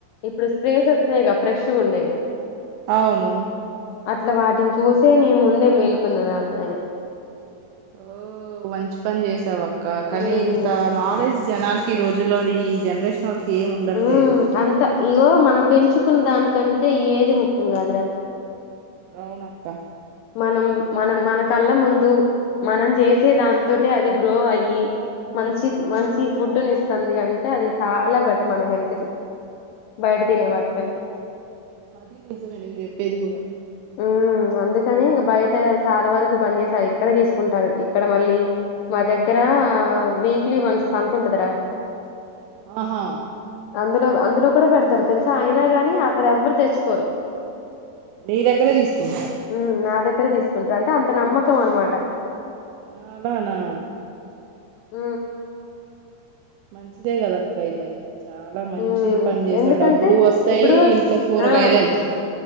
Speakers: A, on the left; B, on the right.
A: ఇప్పుడు స్ప్రేస్ వచ్చినాయి క ఫ్రెష్గా ఉండేవి
B: అవును
A: అట్లా వాటిని చూసే నేను ముందే మేల్కున్న రాను అయినా
B: ఓ మంచి పని చేసావ అక్క కానీ
A: ఉమ్
B: ఇంత నాలెడ్జ్ జనాలకి ఈ రోజులోది జనరేషన్ వాళ్కి ఏం ఉండట్లేదు
A: ఉమ్ అంత ఇగో మనం పెంచుకున్న దానికంటే ఏది ముఖ్యం కాదురా
B: అవునక్క
A: మనం మనం మనకల్లా ముందు మనం చేసే దాంతోట అది గ్రో అయ్యి మంచి మంచి ఫుడ్ని ఇస్తుంది అంటే అది చాలా బెటర్ మన హెల్త్ కి బయట
B: ఉ
A: తినే వాటికంటే
B: అది నిజమే నువ్వు చెప్పేది కూడా
A: ఉ అందు కానీ ఇక బయట చాలా వరకు బంద్ చేసిన ఏక్కడ తీసుకుంటారు ఇక్కడ మళ్ళీ మా దగ్గర వీక్లీ వంత్ సంత ఉంటదిరా
B: ఆహా
A: అందులో అందులో కూడా పెడతారు తెలుసా అయినా గాని అక్కడ ఎవ్వరు తెచ్చుకోరు
B: నీ దగ్గరే తీసుకుంటున్నారు
A: ఉ నా దగ్గరే తీసుకుంటారు అంటే అంత నమ్మకం అన్నమాట
B: ఆ అలానా
A: ఉ
B: మంచిదే కదా అక్క ఇలాయితే అయితే చాలా మంచి
A: ఉమ్
B: పని చేసారు
A: ఎందుకంటే
B: డబ్బులు వస్తాయి
A: ఇప్పుడు
B: ఇంట్లో కూరగాయలు
A: ఆ
B: వెళ్తాయి